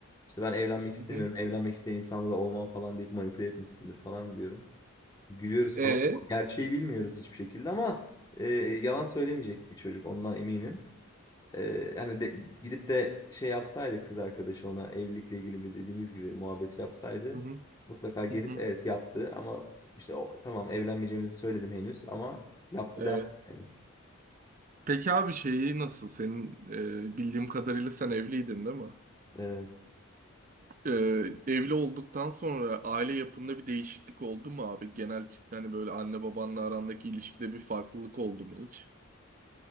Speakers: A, on the left (about 20°); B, on the right (about 35°).
A: işte ben evlenmek istemiyorum.
B: Hı hı.
A: Evlenmek isteyen insanla da olmam falan deyip manipüle etmişsindir falan diyorum. Gülüyoruz
B: E?
A: falan. Gerçeği bilmiyoruz hiçbir şekilde ama e, yalan söylemeyecek bir çocuk ondan eminim. E, yani de, gidip de şey yapsaydı kız arkadaşı ona evlilikle ilgili bir dediğimiz gibi muhabbeti yapsaydı
B: Hı hı.
A: mutlaka gelip
B: Hı hı.
A: evet yaptı ama işte o, tamam evlenmeyeceğimizi söyledim henüz ama yaptı
B: Evet.
A: der yani.
B: Peki abi şeyi nasıl? Senin e, bildiğim kadarıyla sen evliydin değil mi?
A: Evet.
B: E, evli olduktan sonra aile yapında bir değişiklik oldu mu abi? Genel hani böyle anne babanla arandaki ilişkide bir farklılık oldu mu hiç?